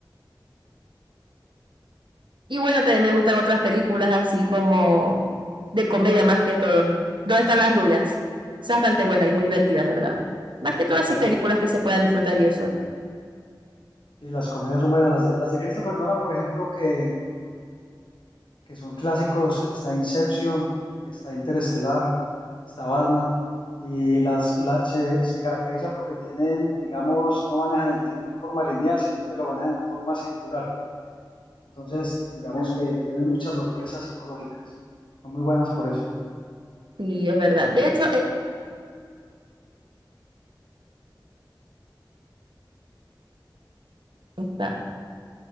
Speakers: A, on the right; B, on the left.
A: Y bueno, también me gustan otras películas así como de comedia más que todo. ¿Dónde están las rubias? Esa es bastante buena y es muy divertida, en verdad. Más que todo así
B: Ah,
A: películas que se puedan disfrutar y eso.
B: sí, las comedias son buenas. Las de, las de Christopher Nolan, por ejemplo, que que son clásicos, está Inception, está Interestelar, está Batman, y las, la- se, se caracteriza porque tienen, digamos, no manejan el tiempo en forma lineal, sino que lo manejan en forma circular. Entonces, digamos que tienen muchas sorpresas psicológicas. Son muy buenas por eso.
A: Sí, es verdad. De hecho, es esta.